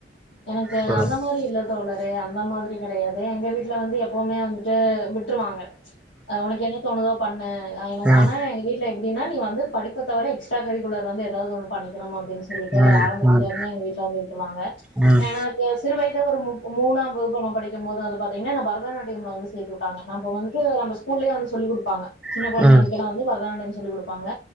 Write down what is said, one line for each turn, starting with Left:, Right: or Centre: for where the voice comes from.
Left: எனக்கு
Centre: ம் ம்
Left: அந்த மாரி இல்ல தோழரே அந்த மாதிரி கெடையா து எங்க வீட்ல வந்து எப்பவுமே வந்துட்டு விட்ருவாங்க ஆ உனக்கு என்ன தோணுதோ பண்ணு ஆ எனக்கு
Centre: ம்
Left: ஆனா எங்க வீட்ல எப்டி னா நீ வந்து படிப்ப தவர எக்ஸ்ட்ரா கரிக்குலர் வந்து ஏதாவது ஒன்னு பண்ணிக்கனும் அப் டின்னு சொல்லிட்டு
Centre: ம்
Left: ஆரம்பத்துல இருந்தே எங்க வீட்ல வந்து விட்ருவாங்க.
Centre: ம்
Left: எனக்கு சிறு வய துல ஒரு மூ ஒ மூணாம் வகுப்பு நா படிக்கும்போது வந்து பாத்தீங்கனா நா பரதநாட் டியம்ல வந்து சேத்து விட்டாங்க நா அப்ப வந்துட்டு நம்ம ஸ்கூல்லயே வந்து சொல்லி் குடுப்பாங்க சின்ன
Centre: ம்
Left: கொழந்தைங்களுக்கு எல்லா வந்து பரதநாட்டியம் சொல்லி குடு ப்பாங்க